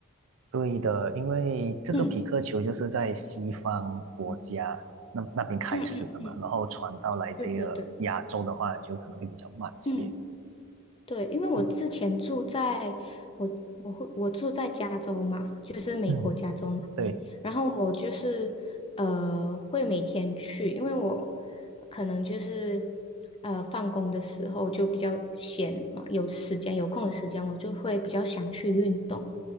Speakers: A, on the right; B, on the left.
A: 对的，因为这个匹克球就是在西方国家那那边开始的嘛，
B: 嗯嗯嗯嗯嗯，
A: 然后传到来这个亚洲的话，
B: 对对对，
A: 就可能会比较慢些。
B: 嗯。对，因为我之前住在我我会我住在加州嘛，
A: 嗯
B: 就是美国加州那里，
A: 嗯，对，
B: 然后我就是呃会每天去，因为我可能就是呃放工的时候就比较闲嘛，有时间有空的时间，我就会比较想去运动，